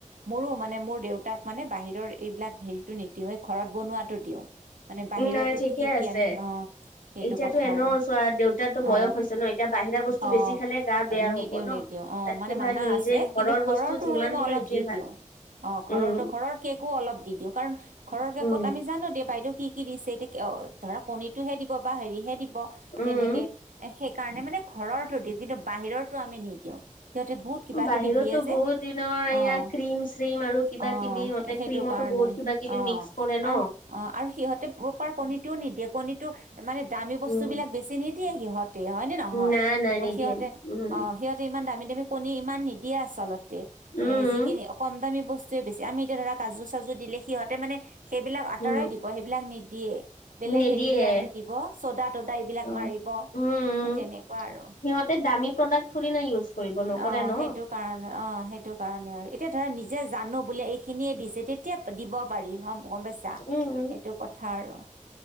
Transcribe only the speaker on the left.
নাই ঠিকে
আছে।
এতিয়াতো
এনেও
চোৱা দেউতাতো
বয়স হৈছে ন এতিয়া বাহিৰা বস্তু
বেছি খালে গা বেয়া
হ'ব ন।
তাতকে
ভাল
নিজে
ঘৰৰ
বস্তু যিমান
দিবা
সেইটোৱে
ভাল।
উম,
উম,
উম।
বাহিৰতো
বহুত দিনৰ
এয়া ক্ৰীম চ্ৰীম আৰু কিবা
কিবি ইহঁতে
ক্ৰীমতো
বহুত কিবা কিবি
মিক্স কৰে ন।
উম,
নাই নাই
নিদিয়ে
উম,
উম,
উম।
নিদিয়ে
অ',
উম।
সিহঁতে দামী প্ৰডাক্ট থৰি না ইউজ কৰিব নকৰে
ন
উম।